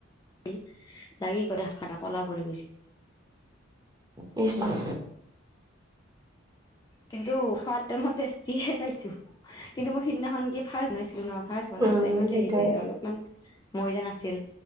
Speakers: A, on the left (about 20°); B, on the right (about 20°).
A: গি লাগি গোটেই হাতখনত কলা পৰি গৈছিল।
B: নিশ্চয়।
A: কিন্তু খোৱাত টাইমত টেষ্টি পাইছো কিন্তু মই সিদিনাখন কি ফাৰ্ষ্ট বনাইছিলো ন? ফাৰ্ষ্ট
B: উম,
A: বনাওটে টাইমতহে
B: সেইটোৱে
A: আহিছে অলপমান মৈদা নাছিল।